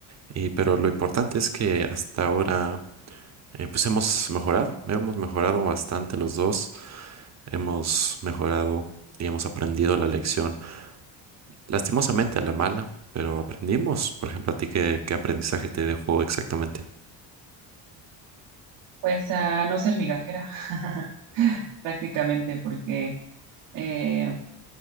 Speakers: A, on the right; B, on the right.
A: y, pero lo importante es que hasta ahora eh, pues hemos mejorado, hemos mejorado bastante los dos, hemos mejorado y hemos aprendido la lección, lastimosamente a la mala, pero aprendimos. Por ejemplo, a ti, ¿qué, qué aprendizaje te dejó exactamente?
B: Pues a no ser migajera <laughs> prácticamente porque... eh,